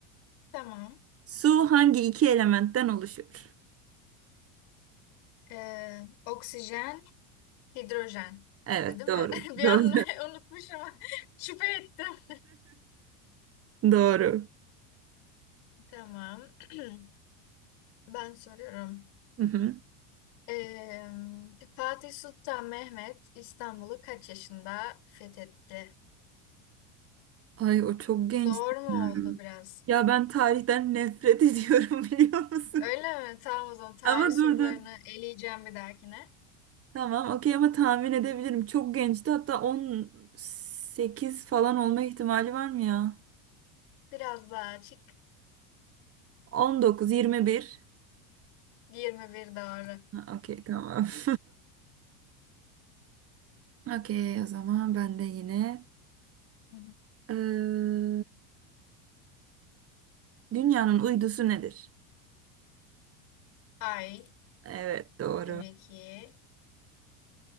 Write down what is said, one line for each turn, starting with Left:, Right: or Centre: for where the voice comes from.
Left: Tamam.
Right: Su hangi iki elementten oluşur?
Left: Ee, oksijen, hidrojen.
Right: Evet,
Left: Değil
Right: doğru.
Left: mi? <laughs>
Right: <laughs>
Left: Bir an
Right: Doğru.
Left: <laughs> unutmuşum. <laughs> Şüphe ettim.
Right: Doğru.
Left: Tamam. <clears throat> Ben soruyorum.
Right: Hı hı.
Left: Ee, Fatih Sultan Mehmet İstanbul'u kaç yaşında fethetti?
Right: Ay o çok genç.
Left: Zor mu
Right: Hmm.
Left: oldu biraz?
Right: Ya ben tarihten nefret <laughs> ediyorum biliyor musun?
Left: Öyle mi? Tamam o zaman tarih
Right: Ama
Left: sorularını
Right: dur dur.
Left: eleyeceğim bir dahakine.
Right: Tamam okey ama tahmin edebilirim. Çok gençti hatta 18 falan olma ihtimali var mı ya?
Left: Biraz daha açık.
Right: 19, 21.
Left: <laughs> 21 doğru.
Right: Ha, okey tamam. <laughs> Okey o zaman ben de yine.
Left: Hı hı.
Right: Ee, dünyanın uydusu nedir?
Left: Ay
Right: Evet doğru.
Left: tabii ki.